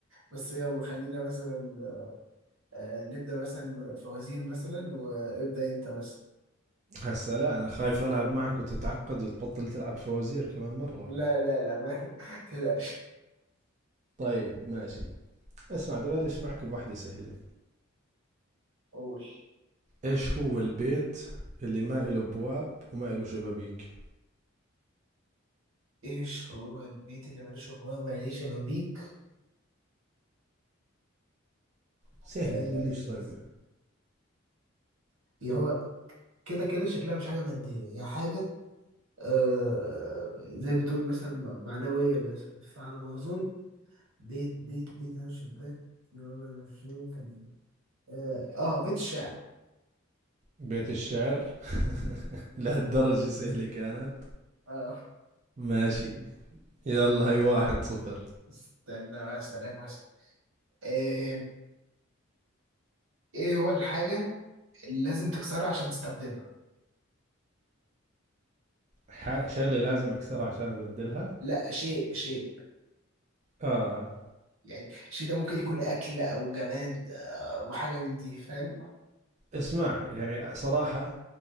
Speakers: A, on the right (about 85°); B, on the right (about 35°).
A: بس يلا خلينا مثلا آه، نبدأ مثلا فوازير مثلا وابدأ انت مثلا
B: هسا لا انا خايف العب معك وتتعقد وتبطل تلعب فوازير كمان مره
A: لا لا لا ما <laughs> تقلقش
B: طيب ماشي اسمع بدي ابلش معك بوحده سهله
A: قول
B: ايش هو البيت اللي ما له بواب وما له شبابيك
A: ايش هو البيت اللي ملوش ابواب ولا ليه شبابيك
B: سهله
A: آه
B: تقول ليش صعبه
A: هي هو كده كده شكلها مش حاجة مادية هي حاجة آه زي بتقول مثلا م- معنوية بس فعلى ما أظن بيت بيت بيت أنا شباك يلا نفسه كان إيه. آه, آه بيت الشعر
B: بيت الشعر <laughs> <applause> لهالدرجه سهله كانت
A: آه
B: ماشي يلا هي واحد صفر
A: استنى أسألك مثلا آه إيه هو الحاجة اللي لازم تكسرها عشان تستخدمها
B: ح- شغله لازم اكسرها عشان ابدلها
A: لا شيء شيء
B: اه
A: يعني الشيء ده ممكن يكون أكل أو جماد آه، وحاجة من دي فاهم
B: اسمع يعني صراحه